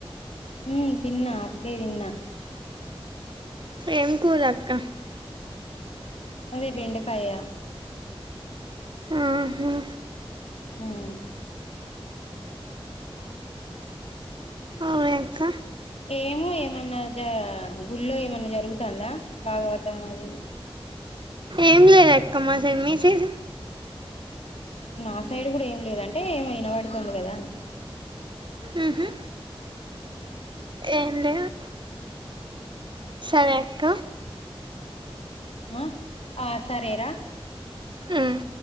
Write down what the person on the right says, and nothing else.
ఏం కూర అక్క
ఆహా
ఓ యక్క
ఏం లేదక్కా మ మెసేజ్
ఊహూ ఏం లేదు సరే క
ఉమ్